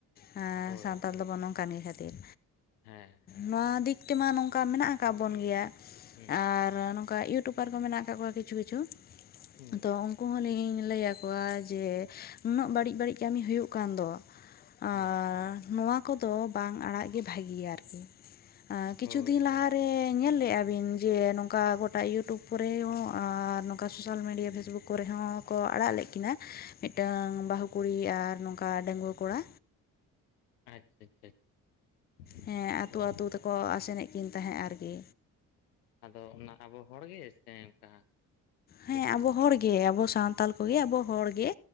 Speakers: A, on the left (about 20°); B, on the left (about 75°).
A: ᱦᱮᱸ
B: ᱦᱳᱭ
A: ᱥᱟᱱᱛᱟᱞ
B: ᱦᱳᱭ
A: ᱫᱚᱵᱚᱱ ᱱᱚᱝᱠᱟ ᱜᱮ ᱠᱷᱟᱹᱛᱤᱨ
B: ᱦᱮᱸ ᱦᱮᱸ
A: ᱱᱚᱣᱟ ᱫᱤᱠ ᱛᱮᱢᱟ ᱱᱚᱝᱠᱟ ᱢᱮᱱᱟᱜ ᱟᱠᱟᱫ ᱵᱚᱱ ᱜᱮᱭᱟ
B: ᱦᱩᱸ
A: ᱟᱨ ᱟᱨ ᱱᱚᱝᱠᱟ ᱤᱭᱩᱴᱩᱵᱟᱨ ᱠᱚ ᱢᱮᱱᱟᱜ ᱟᱠᱟᱫ ᱠᱚᱣᱟ ᱠᱤᱪᱷᱩ ᱠᱤᱪᱷᱩ
B: ᱦᱩᱸ
A: ᱛᱚ ᱩᱱᱠᱩ ᱦᱚᱸ ᱞᱤᱧ ᱞᱟᱹᱭ ᱟᱠᱚ ᱠᱚᱣᱟ ᱡᱮ ᱱᱩᱱᱟᱹᱜ ᱵᱟᱹᱲᱤᱡ ᱵᱟᱹᱲᱤᱡ ᱠᱟᱹᱢᱤ ᱦᱩᱭᱩᱜ ᱠᱟᱱ ᱫᱚ ᱟᱨ
B: ᱦᱮᱸ
A: ᱱᱚᱣᱟ ᱠᱚᱫᱚ ᱵᱟᱝ ᱟᱲᱟᱜ ᱜᱮ ᱵᱷᱟᱹᱜᱮᱭᱟ ᱟᱨ ᱠᱤ
B: ᱦᱳᱭ
A: ᱠᱤᱪᱷᱩ ᱫᱤᱱ
B: ᱦᱳᱭ
A: ᱞᱟᱦᱟᱨᱮ
B: ᱦᱳᱭ
A: ᱧᱮᱞ ᱞᱮᱜᱼᱟ ᱵᱤᱱ? ᱡᱮ ᱱᱚᱝᱠᱟ ᱜᱚᱴᱟ ᱤᱭᱩᱴᱤᱭᱩᱵᱽ ᱠᱚᱨᱮ ᱦᱚᱸ ᱟᱨ ᱱᱚᱝᱠᱟ ᱥᱳᱥᱟᱞ ᱢᱤᱰᱤᱭᱟ ᱯᱷᱮᱥᱵᱩᱠ ᱠᱚᱨᱮ ᱦᱚᱸ। ᱠᱚ ᱟᱲᱟᱜ ᱞᱮᱫ ᱠᱤᱱᱟ ᱢᱤᱫᱴᱟᱝ ᱵᱟᱹᱦᱩ ᱠᱩᱲᱤ ᱟᱨ ᱱᱚᱝᱠᱟ ᱰᱟᱺᱜᱩᱣᱟᱹ ᱠᱚᱲᱟ।
B: ᱟᱪᱪᱷᱟ ᱟᱪᱪᱷᱟ ᱟᱪᱪᱷᱟ ᱟᱪᱪᱷᱟ
A: ᱦᱮᱸ
B: ᱟᱫᱚ
A: ᱟᱹᱛᱩ ᱟᱹᱛᱩ ᱛᱮᱠᱚ ᱟᱥᱮᱱᱮᱫ ᱠᱤᱱ ᱛᱟᱸᱦᱮᱜ ᱟᱨᱠᱤ।
B: ᱟᱫᱚ ᱚᱱᱟ ᱟᱵᱚ ᱦᱚᱲ ᱜᱮ ᱥᱮ ᱚᱱᱠᱟ
A: ᱦᱮᱸ
B: ᱫᱤᱠᱩ
A: ᱟᱵᱚ ᱦᱚᱲᱜᱮ ᱟᱵᱚ ᱥᱟᱱᱛᱟᱲ ᱠᱚᱜᱮ ᱟᱵᱚ ᱦᱚᱲ ᱜᱮ